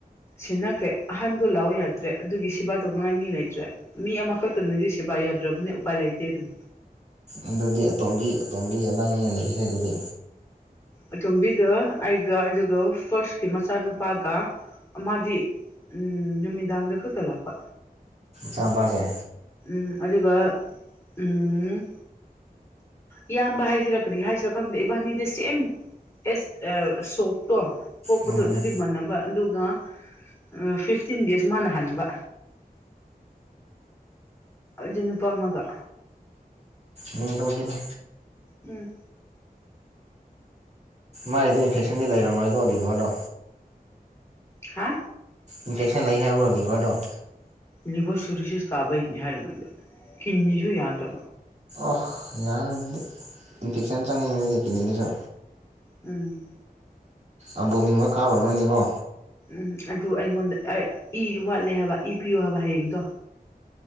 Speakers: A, on the left; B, on the right.
A: ꯁꯤꯟꯅꯈ꯭ꯔꯦ ꯑꯍꯟꯗꯣ ꯂꯥꯛꯑꯣ ꯌꯥꯗ꯭ꯔꯦ ꯑꯗꯨꯒꯤ ꯁꯦꯕꯥ ꯇꯧꯅꯉꯥꯏ ꯃꯤ ꯂꯩꯇ꯭ꯔꯦ ꯃꯤ ꯑꯃꯈꯛꯇꯅꯗꯤ ꯁꯤꯦꯕꯥ ꯎꯄꯥ ꯌꯥꯗ꯭ꯔꯕꯅꯤ ꯎꯄꯥꯏ ꯂꯩꯇꯦ ꯑꯗꯨꯝ
B: ꯑꯗꯨꯗꯤ ꯑꯇꯣꯝꯕꯤ ꯑꯇꯣꯝꯕꯤ ꯑꯉꯥꯡꯅꯤꯅ ꯂꯩꯔꯤꯁꯦ ꯑꯗꯨꯗꯤ
A: ꯑꯇꯣꯝꯕꯤꯒ ꯑꯩꯒ ꯑꯗꯨꯒ ꯐꯥꯔꯁꯀꯤ ꯃꯆꯥꯅꯨꯄꯥꯒ ꯃꯥꯗꯤ ꯎꯝ ꯅꯨꯃꯤꯗꯥꯡꯗ ꯈꯛꯇ ꯂꯥꯛꯄ
B: ꯆꯄꯥꯒꯦ
A: ꯎꯝ ꯑꯗꯨꯒ ꯎꯝ ꯏꯌꯥꯝꯕ ꯍꯥꯏꯁꯤꯔꯛꯀꯗꯤ ꯍꯥꯏꯁꯤꯔꯥ ꯈꯪꯗꯦ ꯏꯕꯥꯅꯤꯗ ꯁꯦꯝ ꯑꯦꯁ ꯁꯣꯛꯇꯣ ꯄꯣꯛꯄꯗꯣ
B: ꯎꯝ
A: ꯑꯗꯨꯗꯤ
B: ꯎꯝ
A: ꯃꯟꯅꯕ ꯑꯗꯨꯒ ꯎ ꯐꯤꯐꯇꯤꯟ ꯗꯦꯖ ꯃꯥꯅ ꯍꯟꯕ ꯑꯗꯨ ꯅꯨꯄꯥ ꯑꯃꯒ
B: ꯃꯤꯀꯣꯖꯅ
A: ꯎꯝ
B: ꯃꯥꯒꯤꯗꯤ ꯏꯟꯐꯦꯛꯁꯟꯗꯤ ꯂꯩꯔꯝꯃꯣꯏꯀꯣ ꯗꯤꯕꯣꯗꯣ
A: ꯍꯥ
B: ꯏꯟꯐꯦꯛꯁꯟ ꯂꯩ ꯍꯥꯏꯕ꯭ꯔꯣ ꯂꯤꯚꯔꯗꯣ
A: ꯂꯤꯕꯣ ꯁꯨꯔꯁꯤꯁ ꯇꯥꯕꯩꯅꯤ ꯍꯥꯏꯔꯗ ꯀꯅꯤꯁꯨ ꯌꯥꯍ ꯇ
B: ꯑꯍ ꯌꯥꯔꯣꯏ ꯑꯗꯨꯗꯤ ꯏꯟꯐꯦꯛꯁꯟ ꯆꯪꯉꯤꯉꯩꯗꯗꯤ ꯀꯜꯂꯤꯒꯤꯁꯨ
A: ꯎꯝ
B: ꯑ ꯕꯣꯃꯤꯟꯒ ꯀꯥꯕ ꯑꯃꯅꯤꯀꯣ
A: ꯎꯝ ꯑꯗꯨ ꯑꯩꯉꯣꯟꯗ ꯏ ꯋꯥꯠꯂꯦ ꯍꯥꯏꯕ ꯏ ꯄꯤꯌꯨ ꯍꯥꯏꯕ ꯍꯌꯦꯡꯗꯣ